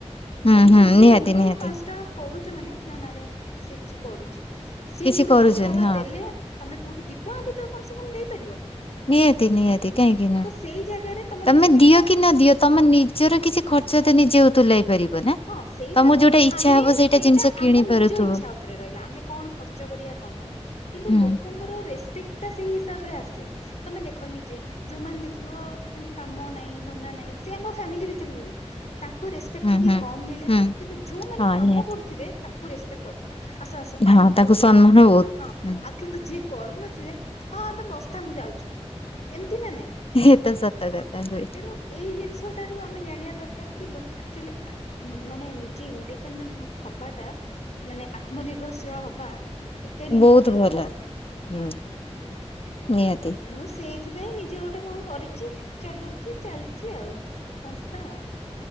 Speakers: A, on the left; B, on the left.
A: ହୁଁ
B: ତୋମେ
A: ହୁଁ
B: ନିଜେ
A: ନିହାତି
B: ଇନକମ୍
A: ନିହାତି
B: ପାନ୍ସ ଟଙ୍କା କରୁଚ ମାନେ ନା ନା ରେ ସେ କିଛି କରୁଚି। ସିଏ
A: କିଛି
B: କୋଉଠି
A: କରୁଛନ୍ତି
B: ପାନ୍ସ ଟଙ୍କା
A: ହଁ
B: ଦେଲେ ତୋମେ କୋଉଠି ଦି ଟଙ୍କା ବି ତ କମ୍ ସେ କମ୍ ଦେଇପାରିବ।
A: ନିହାତି ନିହାତି କାହିଁକି ନୁହେଁ।
B: ତ ସେଇ ଜାଗାରେ ତମର
A: ତୋମେ
B: ରେସପେକ୍ଟ
A: ଦିଅ
B: ଟା
A: କି ନ ଦିଅ ତୋମେ ନିଜର କିଛି ଖର୍ଚ୍ଚ ତ ନିଜେ ତୁଲାଇ ପାରିବ। ନା।
B: ହଁ ସେଇଟା
A: ତମକୁ
B: ତ
A: ଯୋଉଟା ଇଚ୍ଛା
B: ଆମେ
A: ହବ
B: ସେଇଟା
A: ଜିନିଷ କିଣି
B: ଆମ ନିଜ
A: ପାରୁଥିବ
B: ଇଚ୍ଛା ଉପରେ ରହିଲା। ଆମେ କଣ ଖର୍ଚ୍ଚ କରିବା କଣ ନାଇ, କିନ୍ତୁ
A: ହୁଁ
B: ଲୋକଙ୍କର ରେସପେକ୍ଟ ସେଇ ହିସାବରେ ଆସ ଚେ ତୋମେ ଦେଖ ନିଜେ ଯୋଉମାନେ ଦେଖିବ ମାନେ କାମ ନାଇଁ ଧନ୍ଦା ନାଇଁ ସେ ଆମ ଫ୍ୟାମିଲି ଭିତିରେ ଯୋଉ ତାଙ୍କୁ ରେସପେକ୍ଟ
A: ହୁଁ
B: ଟିକେ
A: ହୁଁ।
B: କମ୍ ମିଳେ।
A: ହୁଁ
B: କିନ୍ତୁ ଯୋଉମାନେ
A: ହଁ
B: କାମ
A: ନିହାତି
B: କରୁଥିବେ ତାଙ୍କୁ ରେସପେକ୍ଟ ଅଧି ଆସ ଆସ ପାଣି
A: ହଁ
B: ପିଅ
A: ତାକୁ
B: ପିଅ,
A: ସମ୍ମାନ ବହୁତ।
B: ହଁ
A: ହୁଁ।
B: ଆଉ କିନ୍ତୁ ଯିଏ କରୁନଥିବେ ହଁ ତୁ ବସଥା ମୁଁ ଯାଉଛି। ଏମିତି ନା ନାଇଁ।
A: ଏ ତ ସତ କଥା ହୁଏ।
B: ତେଣୁ ଏଇ ଜିନିଷଟାରୁ ଆମେ ଜାଣିବା ଦରକାର ଲୋକ ଆକ୍ଚୁଆଲି ମାନେ ନିଜେ ଇଣ୍ଡିପେଣ୍ଡେଣ୍ଟ ହବାଟା ମାନେ ଆ ତ୍ମନିର୍ଭରଶୀଳ ହବା ଏତେ ନିହାତି
A: ବହୁତ
B: ଦରକାର।
A: ଭଲ ହୁଁ ନିହାତି
B: ତେଣୁ ସେ ସେଇଥିପାଇଁ ନିଜେ ଗୋଟେ କଣ କରିଚି। ଚଲଉଚି, ଚାଲିଚି ଆଉ ସଂସ୍ଥା ଆଉ।